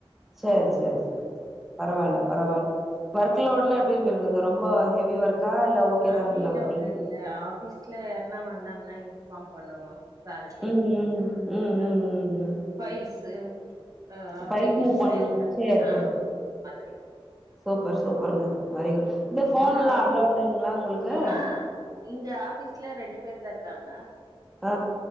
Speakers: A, in the centre; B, on the right.
A: சேர் சேர் சேர் பரவால்ல பரவால்ல ஒர்க்லோட்ல எப்டி இருக்கு ரொம்ப ஹெவி ஒர் க்கா இல்ல ஓகே
B: அப்டி
A: தான்ங்ளா
B: இல்ல
A: எப்டி
B: ஒண்ணு இல்ல ஆஃபிஸ்ல யார்னா வந்தாங்கன்னா இன்பாஃம் பண்ணணு சாருக்கு
A: உம் உம் ம்
B: ஆ
A: ம் ம் ம்
B: ஃபைல்ஸு அ அப்ளிகேஷன்
A: ஃபைல்ஸ் மூவ் பண்ணு
B: எதனா
A: சேரி
B: ஆ
A: சேரி
B: அந்த மாதிரி
A: சூப்பர் சூப்பருங்க வெரி குட் இந்த போன்லா
B: ஒன்னு அவங்களோட
A: அலோடு தானுங்களா உங்களுக்கு
B: ஆ இங்க ஆபீஃஸ்ல ரெண்டு பேர்தா இருக்காங்க
A: ஆ